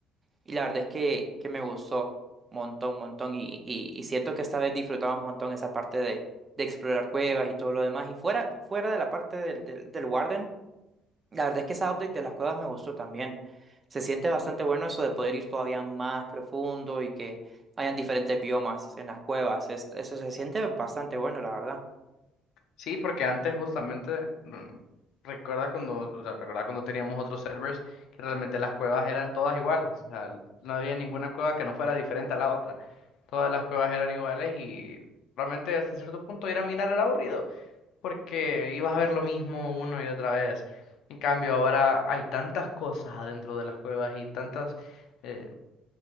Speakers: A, on the right; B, on the left.
A: y la verdad es que, que me gustó montón, montón. Y, y, y siento que esta vez disfrutamos un montón esa parte de, de explorar cuevas y todo lo demás. Y fuera, fuera de la parte del, del, del Warden, la verdad es que esa update de las cuevas me gustó también. Se siente bastante bueno eso de poder ir todavía más profundo y que hayan diferentes biomas en las cuevas. Es- eso se siente bastante bueno, la verdad.
B: Sí, porque antes justamente, mm, recuerdas cuando, o sea, recuerdas cuando teníamos otros servers que realmente las cuevas eran todas iguales, o sea, no había ninguna cueva que no fuera diferente a la otra. Todas las cuevas eran iguales y realmente hasta cierto punto ir a minar era aburrido, porque ibas a ver lo mismo una y otra vez. En cambio, ahora hay tantas cosas adentro de las cuevas y tantas eh,